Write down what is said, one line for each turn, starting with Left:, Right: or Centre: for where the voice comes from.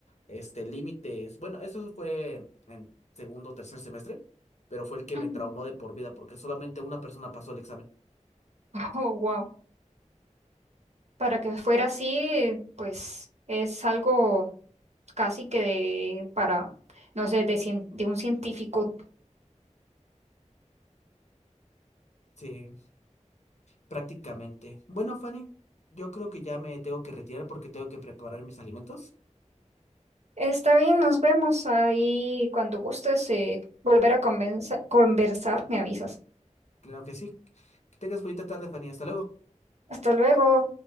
Left: este límites. Bueno, eso fue en segundo o tercer semestre, pero fue el que
Right: Ujú.
Left: me traumó
Right: <laughs>
Left: de por vida porque solamente una persona pasó el examen.
Right: Oh, wow. Para que fuera así, pues es algo casi que de, para, no sé, de, cien- de un científico.
Left: Sí, prácticamente. Bueno, Fanny, yo creo que ya me tengo que retirar porque tengo que preparar mis alimentos.
Right: Está bien, nos vemos ahí cuando gustes eh, volver a convenza- conversar, me avisas.
Left: Claro que sí. Que tengas bonita tarde, Fanny. Hasta luego.
Right: Hasta luego.